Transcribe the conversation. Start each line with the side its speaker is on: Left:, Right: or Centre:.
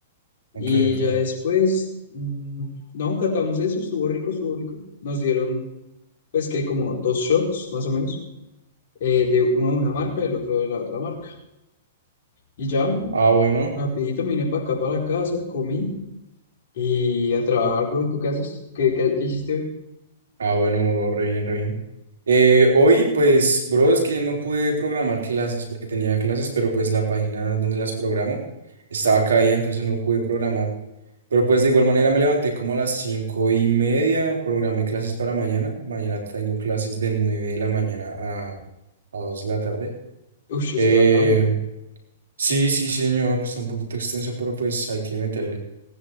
Left: Y
Right: ok, ok.
Left: ya después, mm, no, catamos eso, estuvo rico, estuvo rico. Nos dieron, pues, que como dos shots, más o menos, eh, de uno de una marca y el otro de la otra marca. Y ya, no,
Right: Ah, bueno,
Left: rapidito me vine para acá, para la casa, comí. Y a trabajar, güey, ¿tú qué haces? ¿Qué, qué, qué hiciste hoy?
Right: ah, bueno, bro, re bien, re bien. Eh, hoy, pues, bro, es que no pude programar clases porque tenía clases, pero pues la página donde las programo estaba caída, entonces no pude programar. Pero pues de igual manera me levanté como a las cinco y media, programé clases para mañana. Mañana tengo clases de nueve de la mañana a, a dos de la tarde.
Left: Ush, está
Right: Eh.
Left: largo.
Right: Sí, sí, señor, está un poquito extenso, pero pues hay que meterle.